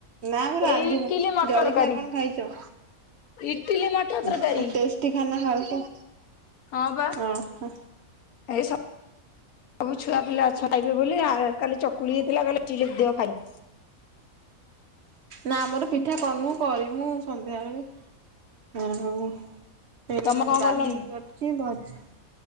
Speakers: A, on the right (about 55°); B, on the left (about 80°).
A: ନା ଆମେ ରାନ୍ଧିନୁ,
B: ଏଇ ଇଟିଲି ମଟର
A: ଜଳଖିଆ
B: ତରକାରୀ
A: କଣ ଖାଇଚ?
B: ଇଟିଲି ମଟର ତରକାରୀ
A: ଦି ଟେଷ୍ଟି ଖାନା ଖାଉଚ,
B: ହଁ ବା
A: ଅହ।
B: ଏଇ ସ ସବୁ ଛୁଆ ପିଲା ଅଛ ଖାଇବେ ବୋଲି ଆ କାଲି ଚକୁଳି ହେଇଥିଲା କାଲି ଟିଲିପ୍ ଦିଅ ଖାଇ
A: ନା ଆମର ପିଠା କରିନୁ କରିମୁ ସନ୍ଧ୍ୟାବେଳେ। ଆଉ ଏଇନା
B: ତମେ କଣ
A: ଡାଲି
B: କଲଣି?
A: କରଚି ଭଜା